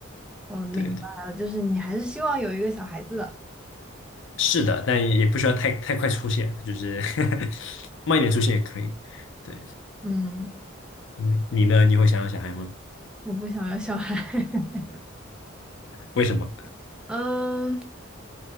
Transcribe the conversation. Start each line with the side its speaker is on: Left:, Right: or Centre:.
Centre: 我明白了，
Left: 对对，
Centre: 就是你还是希望有一个小孩子的。
Left: 是的，但也不需要太太快出现，就是 <laughs> 慢一点出现也可以。对，
Centre: 嗯。
Left: 嗯，你呢？你会想要小孩吗？
Centre: 我不想要小孩。<laughs>
Left: 为什么？
Centre: 嗯，